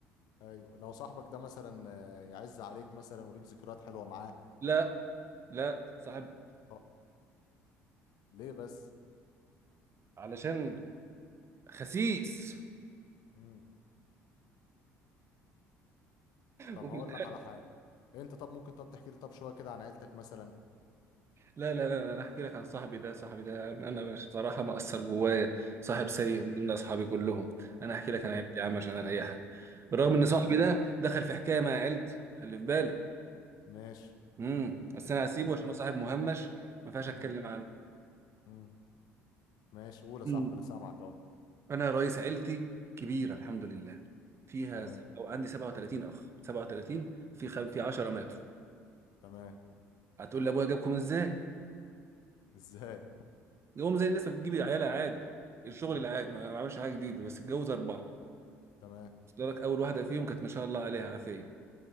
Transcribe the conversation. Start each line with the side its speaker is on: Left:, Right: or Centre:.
Left: ايوه لو صاحبك ده مثلا آه يعز عليك مثلا وليك ذكريات حلوه معاه
Right: لا لا صاحب
Left: أه، ليه بس
Right: علشان خسيس
Left: امم طب
Right: وفي
Left: هقول
Right: الآخر-
Left: لك على حاجه انت طب ممكن طب تحكي لي طب شويه كده عن عيلتك مثلا
Right: لا لا لا انا احكي لك عن صاحبي ده صاحبي ده انا مش بصراحه مأثر جوايا صاحب سيء
Left: اه
Right: من ضمن اصحابي كلهم انا احكي لك
Left: جميل
Right: عن عيلتي يا عم عشان اريحك بالرغم ان
Left: ماشي
Right: صاحبي ده دخل في حكايه
Left: مم.
Right: مع عيلتي خلي في بالك
Left: ماشي
Right: امم بس انا هسيبه
Left: انا
Right: عشان هو صاحب مهمش ما ينفعش
Left: مم.
Right: اتكلم
Left: امم ماشي قول يا صاحبي
Right: عنه
Left: انا سامعك اهو
Right: انا رئيس عيلتي كبيره الحمد لله فيها
Left: تمام
Right: سب- او عندي 37 اخ 37 في خم... في 10
Left: مم.
Right: ماتوا
Left: تمام
Right: هتقول لي ابويا جابكم ازاي
Left: ازاي
Right: جابهم زي الناس ما بتجيب عيالها عادي الشغل
Left: مم.
Right: العادي ما ما عملش حاجه جديده بس اتجوز اربعه
Left: تمام
Right: بس لك اول واحده فيهم كانت ما شاء الله عليها عافيه